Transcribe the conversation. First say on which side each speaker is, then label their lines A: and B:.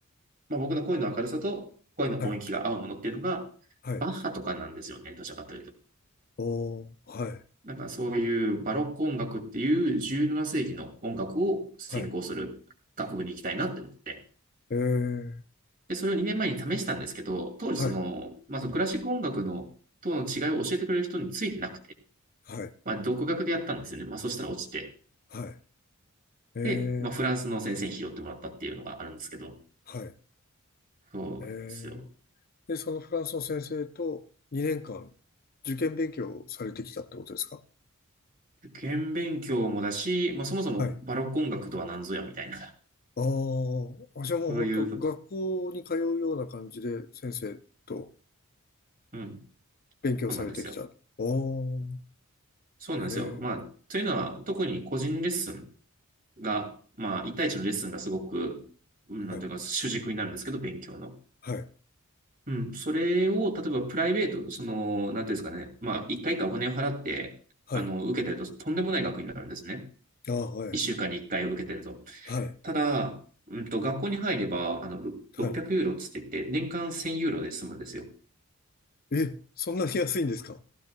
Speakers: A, on the right; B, on the left.
A: まあ、僕の声の明るさと声の音域が合うものっていうのが、
B: はい、はい、
A: バッハとかなんですよね、どちらかというと。
B: おー、はい、
A: なんかそういうバロック音楽っていう17世紀の音楽を専攻する学部に行きたいなって思って。
B: はい、えー、
A: で、それを2年前に試したんですけど、当時その、
B: はい、
A: まあ、そのクラシック音楽のとの違いを教えてくれる人についてなくて、
B: はい、
A: まあ、独学でやったんですよね。まあ、そしたら落ちて。
B: はい、え
A: で、まあ、フランスの先生に拾ってもらったっていうのがあるんですけど、
B: ー、はい、
A: そうなんですよ。
B: えー。で、そのフランスの先生と2年間受験勉強をされてきたってことですか
A: 受験勉強もだし、まあ、そもそもバロック音楽とは何ぞやみたいな、
B: はい。ああ、じゃあもう本当学校に通うような感じで先生と
A: そういう、うん、
B: 勉強されてきた。
A: そうなんですよ。
B: おー、
A: そうなんですよ。
B: え
A: まあ、というのは、特に個人レッスンが、まあ、一対一のレッスンがすごく、うん、なんていうか、
B: ー、はい、
A: 主軸になるんですけど、勉強の。
B: はい、
A: うん、それを、例えばプライベート、その、なんていうんですかね、まあ、1回かいかお金を払って、
B: はい、
A: あの、受けてると、とんでもない額になるんですね。
B: ああはい。
A: 1週間に1回を受けてると。
B: はい。
A: ただ、うんと、学校に入れば、あの、ろ600ユーロっつって言って、
B: はい。
A: 年間1000ユーロで済むんですよ。
B: え、そんなに安いんですか